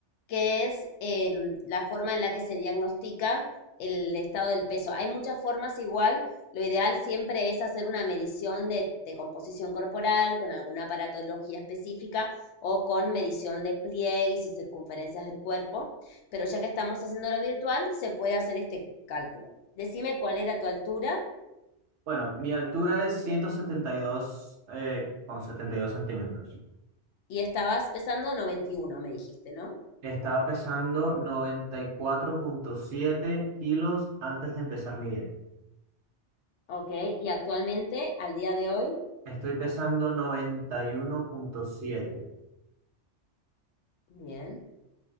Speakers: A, on the left; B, on the right.
A: que es em, la forma en la que se diagnostica el estado del peso. Hay muchas formas igual. Lo ideal siempre es hacer una medición de, de composición corporal con alguna aparatología específica o con medición de pliegues y circunferencias del cuerpo. Pero ya que estamos haciendo lo virtual, se puede hacer este cálculo. Decime cuál era tu altura
B: Bueno, mi altura es 172, eh, con 72 centímetros.
A: y estabas pesando 91, me dijiste, ¿no?
B: Estaba pesando noventa y cuatro punto siete kilos antes de empezar mi dieta.
A: Ok, y actualmente, al día de hoy,
B: Estoy pesando noventa y uno punto siete.
A: bien.